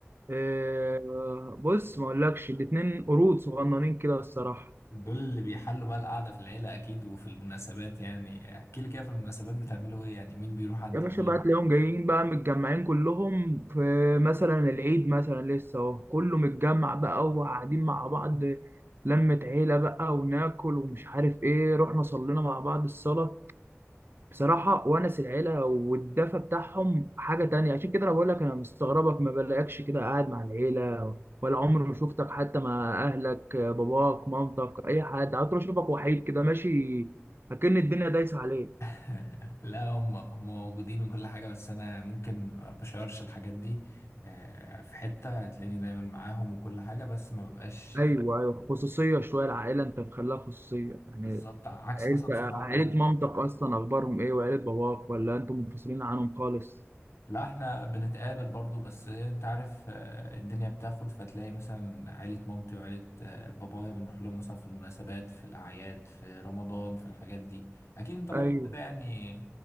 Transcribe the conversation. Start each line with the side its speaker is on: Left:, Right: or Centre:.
Right: آه، بص ما اقولكش الاتنين قرود صغننين كده الصراحه
Left: دول اللي بيحلوا بقى القعدة في العيلة اكيد وفي المناسبات يعني احكي لي كده في المناسبات بتعملوا ايه يعني مين بيروح عند
Right: يا باشا
Left: مين
Right: بقى تلاقيهم جايين بقى متجمعين كلهم في مثلا العيد مثلا لسه اهو كله متجمع بقى وقاعدين مع بعض لمة عيلة بقى وناكل ومش عارف ايه رحنا صلينا مع بعض الصلاة بصراحة ونس العيلة والدفى بتاعهم حاجة تانية عشان كده أنا بقول لك أنا مستغربك ما بلاقيكش كده قاعد مع العيلة ولا عمري ما شفتك حتى مع أهلك باباك مامتك أي حد عطر أشوفك وحيد كده ماشي أكن الدنيا دايسة عليك
Left: <laughs> لا هم هم موجودين وكل حاجة بس أنا ممكن ما بشيرش الحاجات دي آه، في حتة تلاقيني دايما معاهم وكل حاجة بس ما ببقاش يعني
Right: أيوه أيوه خصوصية شوية العائلة أنت مخليها خصوصية يعني
Left: بالظبط عكس
Right: عيلة
Left: مثلا صحابي
Right: عيلة
Left: مثلا
Right: مامتك أصلا أخبارهم إيه وعيلة باباك ولا أنتم منفصلين عنهم خالص
Left: لا احنا بنتقابل برضو بس انت عارف آه، الدنيا بتاخد فتلاقي مثلا عيلة مامتي وعيلة آه، بابايا بنروح لهم مثلا في المناسبات في الأعياد في رمضان في الحاجات دي أكيد انت برضو
Right: أيوه
Left: كده يعني